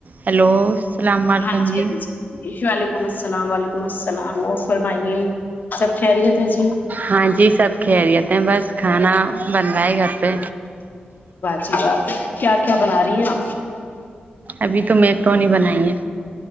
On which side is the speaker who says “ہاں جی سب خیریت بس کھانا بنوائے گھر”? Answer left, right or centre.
Right